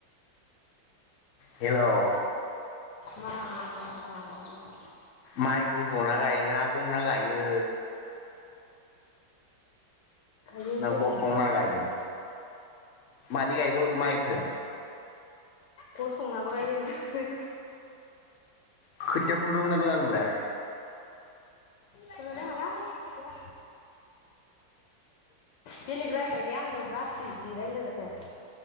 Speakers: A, on the left; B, on the left.
A: हेल'
B: मा मा मा मा मा
A: माइखो जना गायोना गंना गायो
B: गायो
A: ना
B: जेरैबायदि
A: गसंना गायो मादि गायख' मायखो
B: गसंनाबो गायो जो
A: खोथिया फुनो रोंगौना रोङा नोंलाय
B: फुनो रोङालै खोथिया बेलेग रायलायलै आङो बासोयो इदि रायलायबाथाय